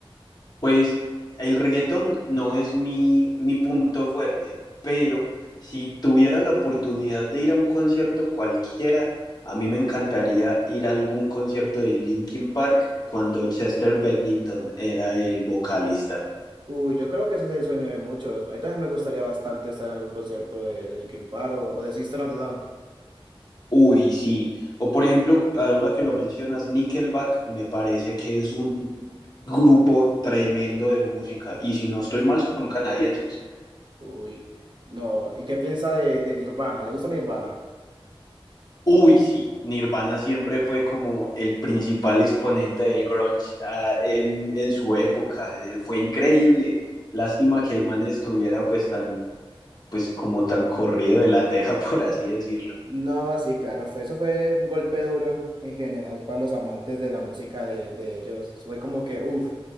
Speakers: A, on the left; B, on the right.
A: Pues el reggaetón no es mi, mi punto fuerte, pero si tuviera la oportunidad de ir a un concierto cualquiera, a mí me encantaría ir a algún concierto de Linkin Park cuando Chester Bennington era el vocalista.
B: Uy, yo creo que ese es el sueño de muchos. A mí también me gustaría bastante estar en algún concierto de, de Linkin Park o, o de System of a Down.
A: Uy, sí. O por ejemplo, ahora que lo mencionas, Nickelback me parece que es un grupo tremendo de música. Y si no estoy mal, son canadienses.
B: Uy, no. ¿Y qué piensa de, de Nirvana? ¿Le gusta Nirvana?
A: Uy, sí. Nirvana siempre fue como el principal exponente del grunge, ah, en, en su época. Eh, fue increíble. Lástima que el man estuviera pues tan, pues como tan corrido de la teja, <laughs> por así decirlo.
B: No, sí, claro, fue, eso fue un golpe duro en, en general para los amantes de la música de, de ellos. Eso fue como que, uff.